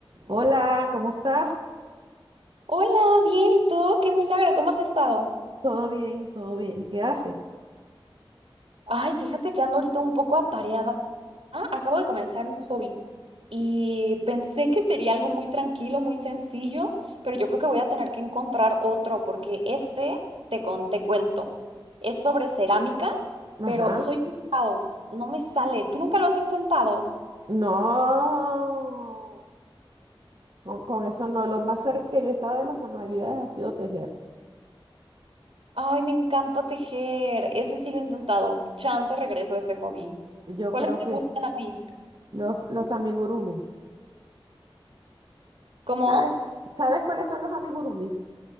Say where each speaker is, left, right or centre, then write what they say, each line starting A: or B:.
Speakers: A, on the right (about 60°); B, on the right (about 80°).
A: Hola, ¿cómo estás?
B: Hola, bien, ¿y tú? Qué milagro, ¿cómo has estado?
A: Todo bien, todo bien. ¿Qué haces?
B: Ay, fíjate que ando ahorita un poco atareada. Ah, Acabo de comenzar un hobby y pensé que sería algo muy tranquilo, muy sencillo, pero yo creo que voy a tener que encontrar otro porque este, te, con- te cuento, es sobre cerámica,
A: Ajá.
B: pero soy un caos, no me sale. ¿Tú nunca lo has intentado?
A: No, con, con eso no. Lo más cerca que yo he estado de las manualidades ha sido tejer.
B: Ay, me encanta tejer, ese sí lo he intentado. Chance regreso a ese hobby.
A: Yo
B: ¿Cuáles
A: creo
B: te
A: que
B: gustan a ti?
A: los, los amigurumis.
B: ¿Cómo?
A: ¿Sabes? ¿Sabes cuáles son los amigurumis?